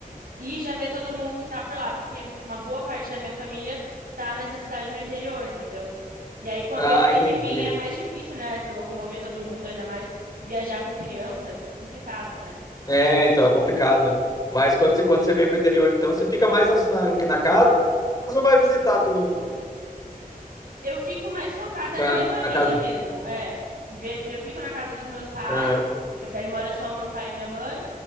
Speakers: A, on the right; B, on the left.
A: E já ver todo mundo que tá por lá, porque uma boa parte da minha família tá nessa cidade no interior, entendeu? E aí, quando
B: Ah,
A: eles têm
B: entendi.
A: que vir, é mais difícil, né? Se locomover todo mundo, ainda mais viajar com criança, complicado, né?
B: É, então é complicado. Mas quando você, quando você vem pro interior, então, você fica mais na, na casa ou vai visitar todo mundo?
A: Eu fico mais focada
B: Tu
A: na
B: vai
A: minha família
B: na casa.
A: mesmo. É, Ver- eu fico na casa dos meus pais,
B: Aham.
A: que daí mora só o meu pai e minha mãe.